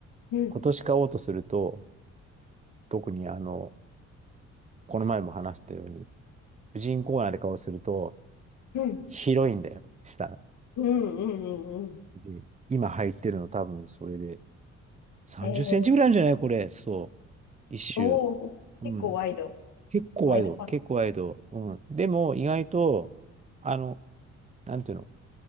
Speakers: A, on the left; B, on the right.
A: うん。
B: 今年買おうとすると、特にあの、この前も話したように、婦人コーナーで買おうとすると、
A: うん。
B: 広いんだよ、下。
A: うんうんうんうん。
B: で、今入ってるの多分それで30センチぐらいあるんじゃないこれ。
A: へえ、
B: そう。一周。
A: おお、
B: うん。
A: 結構ワイド、
B: 結構ワイド、
A: ワイドパンツ。
B: 結構ワイド。うん。でも、意外と、あの、なんていうの、